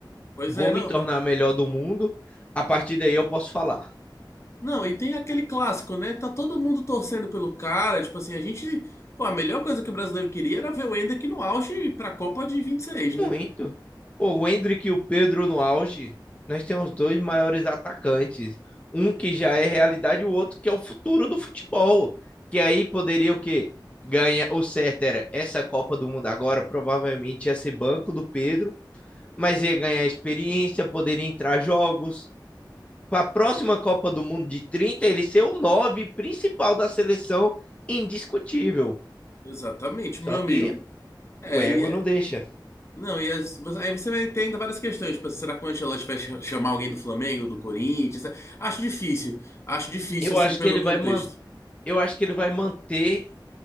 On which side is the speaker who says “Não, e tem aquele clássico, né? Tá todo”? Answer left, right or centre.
Left